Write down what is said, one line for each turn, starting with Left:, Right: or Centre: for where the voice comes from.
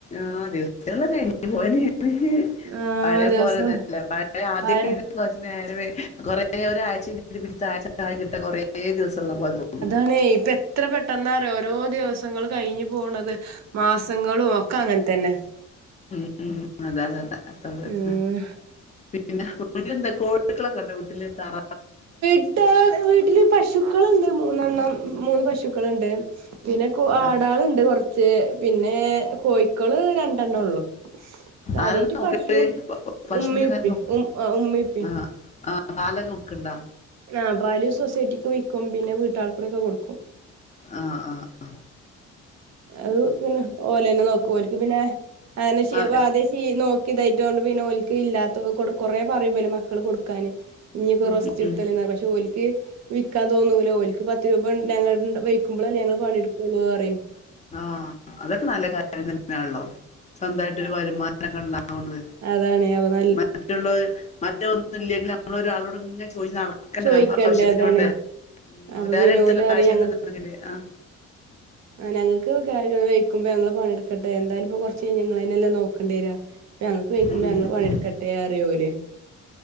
Left: ആഹ് ദിവ <unintelligible>
Right: ആ
Left: പഴേപോലെന്നെല്ലെ.
Right: ദിവസം
Left: പഴേ ആദ്യോക്കെ
Right: പഴ
Left: കൊർച്ച് നേരവെ കൊറേ ഒരാഴ്ച കിട്ടിട്ട് പിന്നെത്ത ആഴ്ച്ചായികിട്ടാൻ കൊറേ ദിവസള്ള പോലെ തോന്നും.
Right: അണേയ് പ്പെ ത്ര പെട്ടെന്നാറിയൊ ഓരോ ദിവസങ്ങൾ കഴിഞ്ഞ് പോണത്. മാസങ്ങളു ഒക്കെ അങ്ങൻതെന്നെ.
Left: ഉം ഉം അതെ തെ തെ അത്രേ
Right: ഉം
Left: <unintelligible> പിന്നെ വീട്ടിലെന്താ കോഴ കോയിക്ക ളൊക്കണ്ടൊ വീട്ടില് താറ
Right: വ്ട്ടാല് വീട്ട്ല് പശുക്കള്ണ്ട് മൂന്നെണ്ണം. മൂന്ന് പശുക്കള്ണ്ട്. പിന്നെ കോ ആടാ
Left: ആഹ്
Right: ള്ണ്ട് കൊർച്ച് ത്ത്. പിന്നേ കോഴിക്കള് രണ്ടെണ്ണോ ള്ളു. കാര്യായിട്ട്
Left: ആരാ നോക്കല്
Right: പശു
Left: പശുവിനൊക്കെ
Right: ഉമ്മിം, ഉപ്പിം
Left: ആരാ നോക്ക
Right: ഉമ് ആഹ് ഉമ്മിം, ഉപ്പിം
Left: ആഹ് പാലൊക്കെ വ്ക്ക്ണ്ടാ?
Right: അഹ് പാല് സൊസൈറ്റിക്ക് വിക്കും. പിന്നെ വീട്ടാൾകൂടെക്കെ കൊട്ക്കും.
Left: അഹ് അഹ് അഹ്
Right: അഹ് പിന്നെ ഓലെന്നെ നോക്കൂ. ഓൽക്ക് പിന്നെ ആന്നെ ചെയ്യാ
Left: ആഹ്
Right: ആ ദ്യേ <unintelligible> ക്ക് ഇതായിട്ടോണ്ട് പിന്നെ ഓൽക്ക് ഇല്ലാത്തൊ കൊട് കൊറെേ പറയുബല് മക്കള് കൊട്ക്കാന് ഞ്ഞ്പോ
Left: ഉം
Right: റെസ്റ്റ്
Left: ഉം
Right: <unintelligible> പക്ഷെ ഓൽക്ക് വിക്കാ തോന്നൂല. ഓൽക്ക് പത്ത് രൂപ ൺ ഞങ്ങ ണ്ട വെയ്- ക്കുമ്പളെല്ലെ ഞങ്ങള് പണിട് ക്കൊള്ളോറിം.
Left: അഹ്. അതൊക്കെ നല്ല കാര്യം തന്നേൺല്ലോ. സ്വന്തായിട്ട് ഒരു വരുമാനൊക്കെ ണ്ടാവണത്.
Right: അതാണേ അ <unintelligible>
Left: മറ്റ്ള്ളോല്. മറ്റൊന്നും ഇല്ലെങ്കില് നമ്മളൊരാളോട് ങ്ങനെ ചോയിച്ച് നടക്ക ക്കന്നെല്ലെ
Right: ചോയിക്കണ്ടേ
Left: അമ്മളെ ആവശ്യത്തിന്
Right: അതാണ്
Left: വേണ്ടേ. ഉം
Right: അപ്പൊ
Left: അവലാലെട്ത്ത്
Right: പിന്നെ ഓല്
Left: <unintelligible>
Right: പറയും
Left: ആവിശ്യന്ന്ണ്ടെങ്കില് അഹ്
Right: <unintelligible> ക്ക് കാ വെയ്ക്കുമ്പ ഞങ്ങള് പണിട്ക്കട്ടെ. എന്തായാലും ഇപ്പൊ കൊർച്ചെയ്ഞ്ഞാ ങ്ങളെന്നെല്ലെ നോക്കണ്ട്യ രാ പ്പൊ യങ്ങക്ക് വെയ്ക്കുമ്പ
Left: ഉം
Right: ഞങ്ങള് പണിട്ക്കെ
Left: ഉം
Right: ട്ടേറിയോല്.